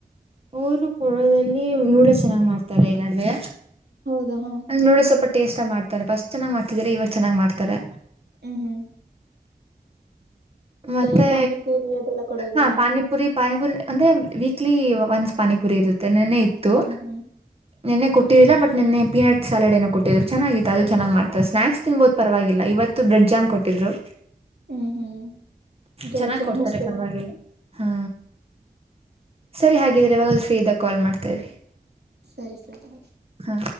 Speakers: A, on the right (about 35°); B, on the right (about 85°).
A: ಅವರು ಕೊಡೋದಲ್ಲಿ ನೂಡಲ್ಸ್ ಚೆನ್ನ ಮಾಡ್ತಾರ ಈ ನಡುವೆ
B: ಹೌದಾ ಹಾ
A: ನೂಡಲ್ಸ್ ಸ್ವಲ್ಪ ಟೇಸ್ಟ್ ಮಾಡ್ತಾರೆ ಫಸ್ಟ್ ಚನಾಗ ಮಾಡ್ತಿದ್ರೆ ಇವಾಗ ಚೆನ್ನಾಗಿ ಮಾಡ್ತಾರೆ
B: ಹ್ಮ್ ಹ್ಮ್
A: ಮತ್ತೆ
B: ಈ ಪಾನಿಪೂರಿ ಅದೆಲ್ಲ ಕೊಡಲ್ವಾ.
A: ಹಾ ಪಾನಿಪುರಿ ಪಾನಿಪುರಿ ಅಂದ್ರೆ ವೀಕ್ಲಿ ಒನ್ಸ್ ಪಾನಿಪುರಿ ಇರುತ್ತೆ ನೆನ್ನೆ ಇ ತ್ತು
B: ಹ್ಮ್ ಹ್ಮ್
A: ನೆನ್ನೆ ಕೊಟ್ಟಿದೀರ ಬಟ್ ನೆನ್ನೆ ಪೀನಟ್ ಸಾಲೆಡ್ ಏನೋ ಕೊಟ್ಟಿದ್ರು ಚೆನ್ನಾಗಿತ್ತು ಅದು ಚೆನ್ನಾಗ್ ಮಾಡ್ತಾರೆ ಸ್ನಾಕ್ಸ್ ತಿನ್ಬಹದು ಪರವಾಗಿಲ್ಲ ಇವತ್ತು ಬ್ರೆಡ್ ಜಾಮ್ ಕೊಟ್ಟಿದ್ರು.
B: ಹ್ಮ್ ಹ್ಮ್ ಬ್ರೆಡ್
A: ಚೆನ್ನಾಗ್
B: ಜಾಮ್
A: ಕೊಡ್ತಾರೆ
B: ಅಷ್ಟೆನಾ.
A: ಪರವಾಗಿಲ್ಲ ಹಾ ಸರಿ ಹಾಗಿದ್ರೆ ಯಾವಾಗದ್ರೂ ಫ್ರೀ ಇದ್ದಾಗ ಕಾಲ್ ಮಾಡ್ತಾ ಇರಿ.
B: ಸರಿ ಸರಿ.
A: ಹಾ